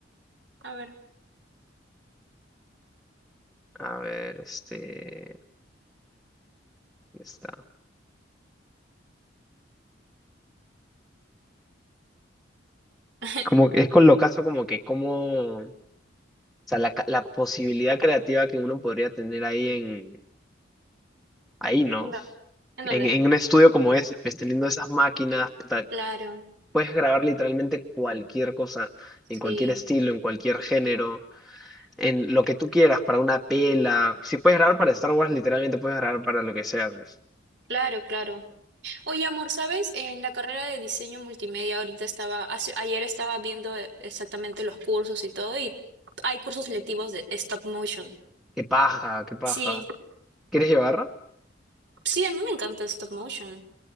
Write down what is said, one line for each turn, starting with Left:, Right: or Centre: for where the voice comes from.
Right: A ver.
Centre: A ver, este. Está.
Right: <laughs>
Centre: Como que es con lo caso como que como, o sea, la, ca- la posibilidad creativa que uno podría tener ahí en, ahí, ¿no?
Right: ¿En dó- en
Centre: En,
Right: dónde?
Centre: en un estudio como ese, pues teniendo esas máquinas, puta,
Right: Claro,
Centre: puedes grabar literalmente cualquier cosa,
Right: sí.
Centre: en cualquier estilo, en cualquier género, en lo que tú quieras, para una pela. Si puedes grabar para Star Wars, literalmente puedes grabar para lo que sea, pues.
Right: Claro, claro. Oye, amor, ¿sabes? En la carrera de diseño multimedia ahorita estaba, hace- ayer estaba viendo eh, exactamente los cursos y todo, y hay cursos selectivos de stop motion.
Centre: Qué paja, qué paja.
Right: Sí,
Centre: ¿Quieres llevar?
Right: sí, a mí me encanta stop motion.